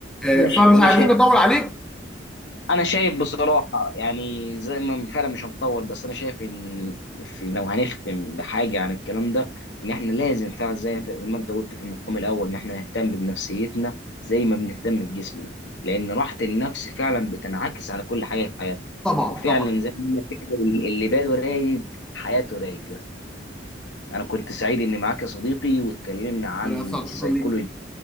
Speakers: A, in the centre; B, on the left.
A: آه،
B: انا
A: فمش
B: شايف وانا
A: عايزين
B: شايف
A: نطول عليك
B: انا شايف بصراحه يعني زي ما فعلا مش هنطول بس انا شايف ان في لو هنختم بحاجه عن الكلام ده ان احنا لازم فعلا زي ما زي ما انت قلت في المقام الاول ان احنا نهتم بنفسيتنا زي ما بنهتم بجسمنا لان راحه النفس فعلا بتنعكس على كل حاجه في حياتنا
A: طبعا
B: وفعلا
A: طبعا
B: زي ما بيقول لك كده، اللي باله رايق حياته رايقه أنا كنت سعيد إني معاك يا صديقي واتكلمنا عن
A: انا اسف
B: السيكولوجي
A: شكرا ليك